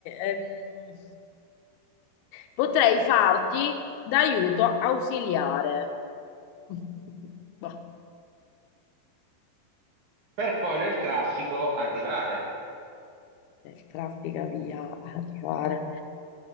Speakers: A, on the left; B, on the right.
A: ehm, potrei fargli d'aiuto ausiliare. <laughs> Boh,
B: Per poi nel traffico arrivare.
A: Del traffica via ad arrivare.